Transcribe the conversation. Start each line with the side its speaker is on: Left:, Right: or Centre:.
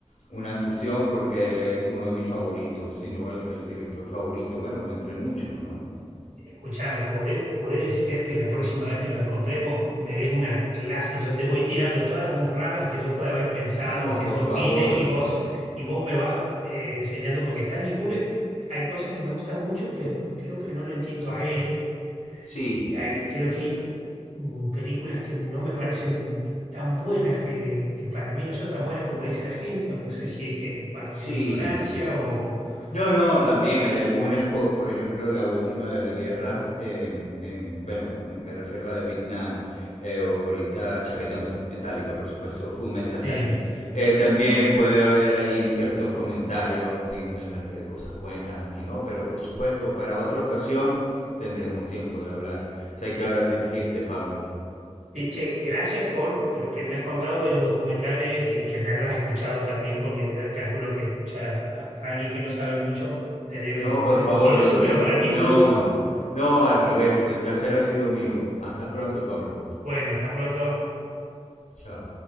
Left: una sesión porque él es uno de mis favoritos, si no el, el director favorito, bueno, entre muchos, ¿no?
Right: Escúchame, ¿podé- puede ser que la próxima vez que nos encontremos me des una clase, yo te voy tirando todas las burradas que yo pueda haber pensado,
Left: No,
Right: que
Left: por
Right: yo
Left: favor.
Right: opine y vos, y vos me vas eh, enseñando, porque Stanley Kubrick, hay cosas que me gustan mucho, pero creo que no lo entiendo a él
Left: Sí,
Right: Hay, creo que hay mm, películas que no me parecen tan buenas, que, que para mí no son tan buenas como dice la gente, o no sé si es que es parte
Left: sí.
Right: de mi ignorancia o...
Left: No, no, también
Right: o-
Left: hay algunas, po- por, ejemplo, la última de la guerra, em, em, bueno, me, me refiero a la de Vietnam, eh, o- ahorita chaqueta mec- metálica, por supuesto, Full Metal
Right: sí.
Left: Jacket. Eh, también puede haber ahí ciertos comentarios en, en las que cosas buenas y no, pero por supuesto, para otra ocasión tendremos tiempo de hablar. Sé que ahora tienes que irte, Pablo.
Right: Sí, che, gracias por lo que me has contado de los documentales y que me hayas escuchado también, porque da- calculo que escuchar a, a alguien que no sabe mucho te debe
Left: No, por
Right: ser
Left: favor,
Right: fastidioso,
Left: yo, yo,
Right: pero para mí
Left: no,
Right: es un lujo.
Left: no, no, al revés, el placer ha sido mío. Hasta pronto, Pablo.
Right: Bueno, hasta pronto.
Left: Chao.